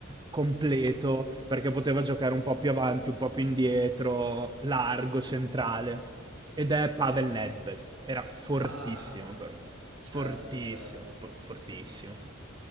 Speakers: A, on the right; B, on the right.
A: completo, perché poteva giocare un po' più avanti, un po' più indietro, largo, centrale. Ed è Pavel Nedved. Era fortissimo
B: Ah,
A: per me.
B: certo,
A: Fortissimo,
B: certo.
A: po- fortissimo.